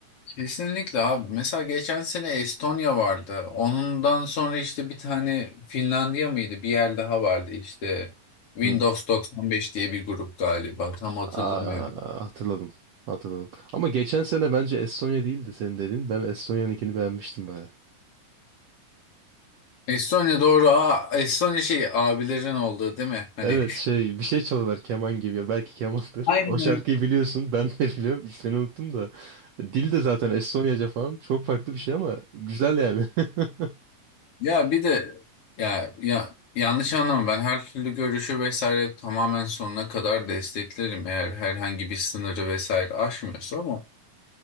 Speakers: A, on the left; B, on the right.
A: kesinlikle abi. Mesela geçen sene Estonya vardı. Ondan sonra işte bir tane Finlandiya mıydı? Bir yer daha vardı işte Windows
B: Hmm.
A: 95 diye bir grup galiba. Tam hatırlamıyorum.
B: Aa, hatırladım. Hatırladım. Ama geçen sene bence Estonya değildi senin dediğin. Ben Estonya'nınkini beğenmiştim baya.
A: Estonya doğru. Aa, Estonya şey abilerin olduğu değil mi? Hani
B: Evet şey bir şey çalıyorlar keman gibi ya belki kemandır.
A: <laughs> Aynen
B: <laughs> O şarkıyı
A: öyle.
B: biliyorsun ben de biliyorum ismini unuttum da. Dil de zaten Estonyaca falan çok farklı bir şey ama güzel yani. <laughs>
A: Ya bir de ya ya yanlış anlama ben her türlü görüşü vesaire tamamen sonuna kadar desteklerim eğer herhangi bir sınırı vesaire aşmıyorsa ama